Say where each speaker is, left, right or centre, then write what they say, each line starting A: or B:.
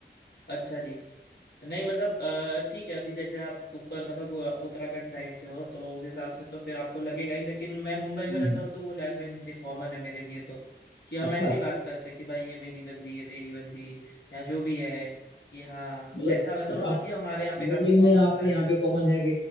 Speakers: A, on the left; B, on the left.
A: अच्छा जी नहीं मतलब अ, ठीक है अभी जैसे आप ऊपर मतलब अ, उत्तराखंड साइड से हो तो उस हिसाब से तो फिर आपको लगेगा ही लेकिन मैं मुंबई में
B: हम्म।
A: रहता हूँ तो वो लैंग्वेज मुझे कॉमन है मेरे लिए तो कि हम
B: अच्छा
A: ऐसी बात करते हैं कि भाई ये मेरी बंदी है तेरी बंदी या जो भी है कि हाँ
B: मतलब
A: ऐसा वैसा
B: अच्छा
A: मतलब
B: आप
A: ये हमारे यहाँ पे
B: मुंबई
A: काफी कॉमन
B: में आपके
A: होता है
B: यहाँ पे कॉमन है कि